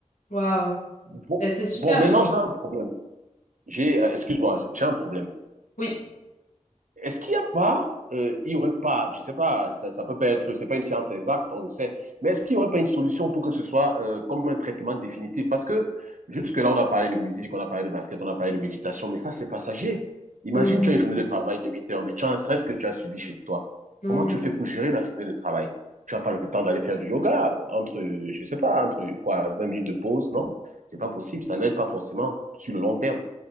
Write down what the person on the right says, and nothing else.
Bon,
bon, maintenant,
j'ai un problème. J'ai, euh, excuse-moi, j'ai un problème.
Est-ce qu'il n'y a pas, euh, il y aurait pas, je sais pas, ça, ça peut pas être, c'est pas une science exacte, on le sait, mais est-ce qu'il n'y aurait pas une solution pour que ce soit euh, comme un traitement définitif? Parce que jusque-là, on a parlé de musique, on a parlé de basket, on a parlé de méditation, mais ça, c'est passager. Imagine,
tu as une journée de travail de 8 heures, mais tu as un stress que tu as subi chez toi.
Comment tu fais pour gérer la journée de travail? Tu n'as pas le temps d'aller faire du yoga entre, je sais pas, entre quoi, 20 minutes de pause, non? C'est pas possible, ça n'aide pas forcément sur le long terme.